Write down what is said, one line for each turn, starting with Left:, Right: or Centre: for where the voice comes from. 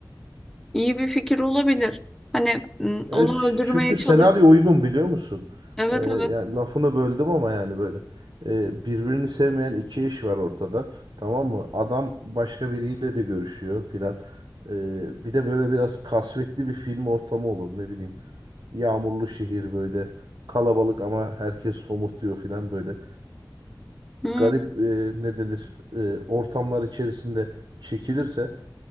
Centre: İyi bir fikir olabilir. Hani m,
Right: Evet
Centre: onu
Right: ç-
Centre: öldürmeye
Right: çünkü
Centre: çalış.
Right: senaryo uygun biliyor musun?
Centre: Evet
Right: Ee, yani
Centre: evet.
Right: lafını böldüm ama yani böyle Ee, birbirini sevmeyen iki eş var ortada tamam mı? Adam başka biriyle de görüşüyor filan. Ee, bir de böyle biraz kasvetli bir film ortamı olur ne bileyim. Yağmurlu şehir böyle kalabalık ama herkes somurtuyor filan böyle.
Centre: Hmm,
Right: Garip e, ne denir e, ortamlar içerisinde çekilirse